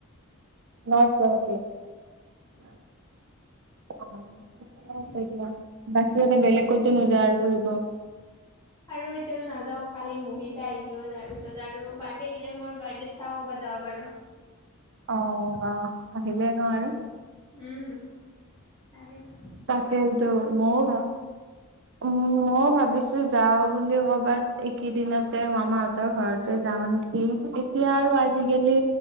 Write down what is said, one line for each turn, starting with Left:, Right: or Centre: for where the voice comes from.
Right: নৰ্থ গুৱাহাটীৰ
Left: অ
Right: <inaudible> <unintelligible> নে বেলেগতো নোযোৱা আৰু ফুৰিব।
Left: আৰু এতিয়াতো নাযাও কালি মুভি চাই আহিলো তাৰপিছত আৰু বাৰ্থডে আহিলে মোৰ বাৰ্থড চাওঁ কৰ'বাত। যাও বাৰু
Right: অ বা আহিলে ন আৰু
Left: উম আহিবি।
Right: তাকে টো মও ভা উম মই ভাবিছো যাও বুলি ক'বাত এইকেইদিনতে মামাহতৰ ঘৰতে যাও নেকি? অ এতিয়া আৰু আজিকালি